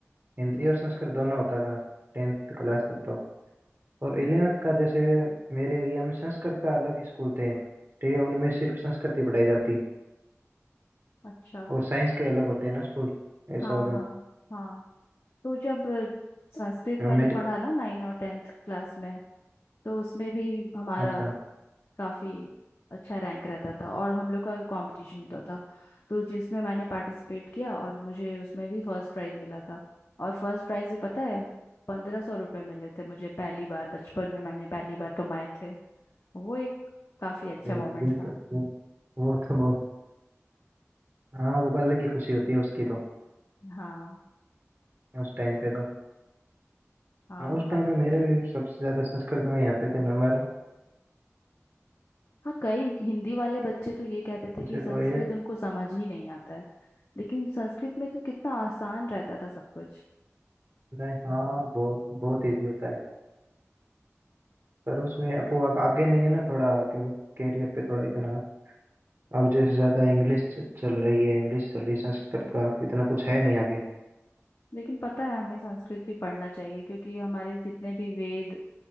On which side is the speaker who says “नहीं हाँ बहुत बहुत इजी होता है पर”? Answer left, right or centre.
Right